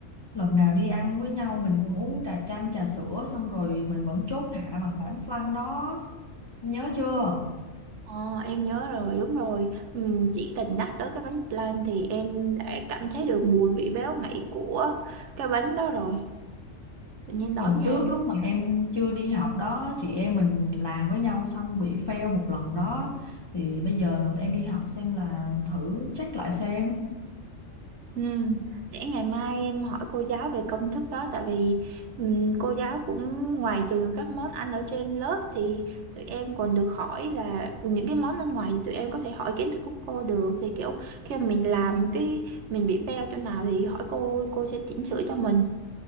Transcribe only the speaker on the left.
lần nào đi ăn với nhau mình cũng uống trà chanh trà sữa xong rồi mình vẫn chốt hạ bằng bánh flan đó nhớ chưa
lần
trước lúc mà em chưa đi học đó chị em mình làm với nhau xong bị fail một lần đó thì bây giờ em đi học xem là thử check lại xem